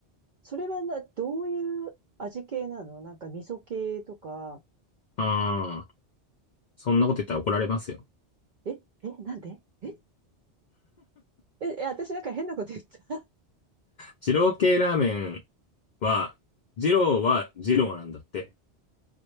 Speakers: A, on the right (about 55°); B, on the left (about 55°).
A: それはな、どういう味系なのなんか味噌系とか、
B: ああ、そんなこと言ったら怒られますよ。
A: え、え、なんでえ、え、え私なんか変なこと言った。
B: 二郎系ラーメンは、二郎は二郎なんだって。